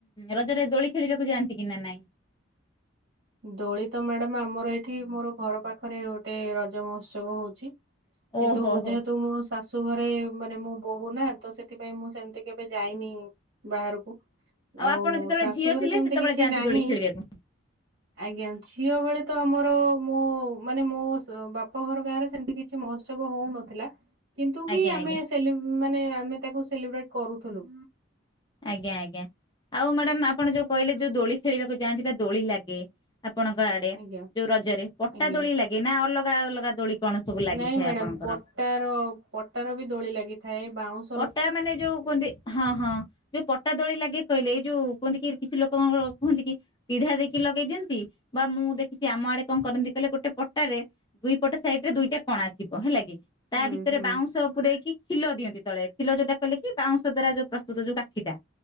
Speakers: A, on the left; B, on the right.
A: ରଜରେ ଦୋଳି ଖେଳିବାକୁ ଯାଆନ୍ତି କି ନା ନାଇଁ?
B: ଦୋଳିତ ମ୍ୟାଡାମ ଆମର ଏଇଠି ମୋର ଘର ପାଖରେ ଗୋଟେ ରଜ ମହୋତ୍ସବ ହଉଛି। କିନ୍ତୁ
A: ଓହୋ ହୋ
B: ଯେହେତୁ ମୁଁ ଶାଶୁ ଘରେ ମାନେ ମୁଁ ବୋହୁନା ତ ସେଥିପାଇଁ ମୁଁ ସେମିତି କେବେ ଯାଇନି। ବାହାରକୁ ଆଉ
A: ଆପଣ ଯେତେବେଳେ
B: ଶାଶୁଘରେ
A: ଝିଅ ଥିଲେ
B: ସେମିତି
A: ସେତେବେଳେ
B: କିଛି
A: ଯାଆନ୍ତି
B: ନାହିଁ।
A: ଦୋଳି ଖେଳିବାକୁ
B: ଆଜ୍ଞା ଝିଅ ବେଳେ ତ ଆମର ମୋ ମାନେ ମୋ ବାପ ଘର ଗାଁ ରେ ସେମିତି କିଛି ମହୋ ତ୍ସବ ବ ହଉନଥିଲା କିନ୍ତୁ
A: ଆଜ୍ଞା
B: ବି
A: ଆଜ୍ଞା
B: ଆମେ ସେଲି ମାନେ ଆମେ ତାକୁ ସେଲିବ୍ରେଟ କରୁଥିଲୁ।
A: ଆଜ୍ଞା ଆଜ୍ଞା ଆଉ ମ୍ୟାଡ଼ାାମ ଆପଣ ଯୋଉ କହିଲେ ଯୋଉ ଦୋଳି ଖେଳିବାକୁ ଯାଆନ୍ତି ବା ଦୋଳି ଲାଗେ। ଆପଣଙ୍କ ଆଡେ
B: ଆଜ୍ଞା
A: ଯୋଉ ରଜରେ ପଟା
B: ଆଜ୍ଞା।
A: ଦୋଳି ଲାଗେ ନା ଅଲଗା ଅଲଗା ଦୋଳି? କଣ ସବୁ
B: ନାଇଁ
A: ଲାଗିଥାଏ
B: ମ୍ୟାଡାମ
A: ଆପଣଙ୍କର?
B: ପଟାର ପଟାର ବି ଦୋଳି ଲାଗିଥାଏ ବାଉଁଶ।
A: ପଟା ମାନେ ଯୋଉ କୁହନ୍ତି ହଁ ହଁ ଯୋଉ ପଟା ଦୋଳି ଲାଗେ କହିଲେ ଏଇ ଯୋଉ କୁହନ୍ତି କି କିଛି ଲୋକଙ୍କ କୁହନ୍ତି କି ପିଢା ଦେଇକି ଲଗେଇ ଦିଅନ୍ତି ବା ମୁଁ ଦେଖିଛି ଆମ ଆଡେ କଣ କରନ୍ତି କହିଲ ଗୋଟେ ପଟାରେ ଦୁଇ ପଟ ସାଇଡ ରେ ଦୁଇଟା କଣା ଥିବ ହେଲା କି ତା
B: ହୁଁ
A: ଭିତରେ
B: ହୁଁ
A: ବାଉଁଶ ପୁରେଇକି କ୍ଷିଲ ଦିଅନ୍ତି। ତଳେ କ୍ଷିଲ ଯୋଉଟା କଲେ କି ବାଉଁଶ ଦ୍ଵାରା ଯୋଉ ପ୍ରସ୍ତୁତ ଯୋଉ କାଠିଟା